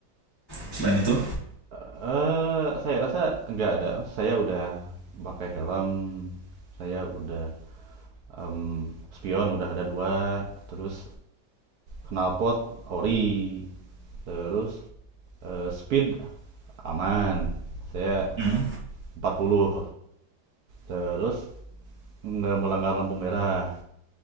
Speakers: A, on the left; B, on the right.
A: selain itu?
B: Eee, saya rasa nggak ada. Saya udah pakai helm, saya udah, mmm, spion udah ada dua terus knalpot ori, terus, eee, speed aman, saya
A: Hmm.
B: empat puluh terus nggak melanggar lampu merah,